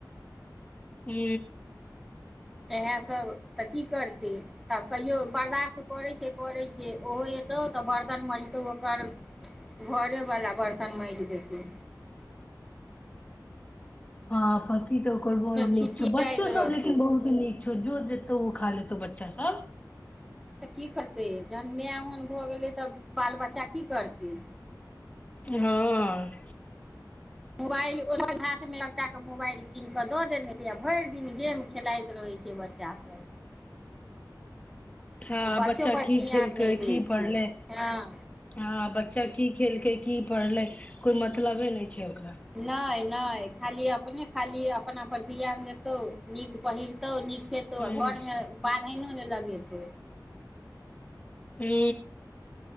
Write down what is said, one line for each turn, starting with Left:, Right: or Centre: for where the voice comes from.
Left: हू
Centre: इएहसभ तऽ की करतै तऽ कहियो बर्दश्त करैत छै करैत छै ओहो एतहु तऽ बर्तन मज तऽ ओकर घरेवला बर्तन माँजि देतै <inaudible>
Left: हँ पति ते ओकर बड़ नीक
Centre: छिछियाइत
Left: छौ बच्चो सब
Centre: रहतौ
Left: लेकिन बहुत नीक छो जो जतौ खा लेतो बच्चा सब
Centre: तऽ की करतै जखन माय ओहन भऽ गेलै तऽ बाल बच्चा की करतै
Left: हँ
Centre: मोबाइल ओ हाथमे एकटाके मोबाइल कीनि कऽ दऽ देने छै आ भरि दिन गेम खेलाइत रहै छै बच्चासभ
Left: हँ
Centre: बच्चो
Left: बच्चा
Centre: पर
Left: की
Centre: ध्यान
Left: खेलकै
Centre: नहि दै
Left: की पढ़लै
Centre: छै हँ
Left: हँ बच्चा की खेलकै की पढ़ले कोई मतलबे नहि छै ओकरा
Centre: नहि नहि खाली अपने खाली अपना परर ध्यान देतौँ नीक पहिरतौ नीक खेतो
Left: हूँ
Centre: आ घर मे न होने लागेत
Left: हू